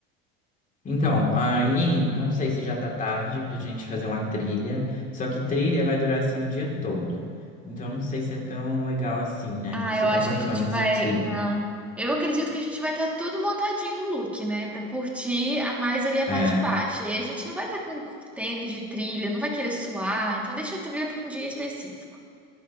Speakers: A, on the left; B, in the centre.
A: Então, aí, não sei se já tá tarde pra gente fazer uma trilha, só que trilha vai durar assim o dia todo. Então, não sei se é tão legal assim, né?
B: Ah,
A: Se
B: eu
A: é
B: acho
A: tão bacana
B: que a gente
A: fazer
B: vai.
A: trilha.
B: Não. Eu acredito que a gente vai estar tudo montadinho no look, né? Pra curtir a mais ali a parte
A: É,
B: baixa. E a gente não vai estar com tênis de trilha, não vai querer suar. Então deixa a trilha pra um dia específico.